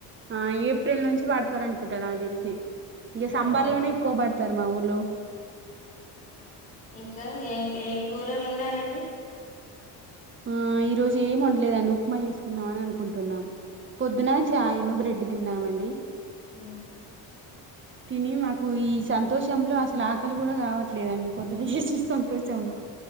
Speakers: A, on the right; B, on the left.
A: ఆ ఏప్రిల్ నుంచి పడతారు అనుకుంటా నా తెలిసి ఇంక సంబార్
B: అవునా
A: లోనే ఎక్కువ పడతారు మా ఊళ్ళో
B: ఇంకా ఏం ఏం కూరలు ఉన్నారండి
A: ఆ ఈ రోజు ఏమి ఉండలేదండి ఉప్మా చేసుకుందాం అని అనుకుంటున్నాం పొద్దున చాయ్ బ్రెడ్ తిన్నామండి
B: ఉ
A: తిని మాకు ఈ సంతోషంలో అసలు ఆకలి కూడా కావట్లేదండి పొద్దున చేసిన సంతోషంలో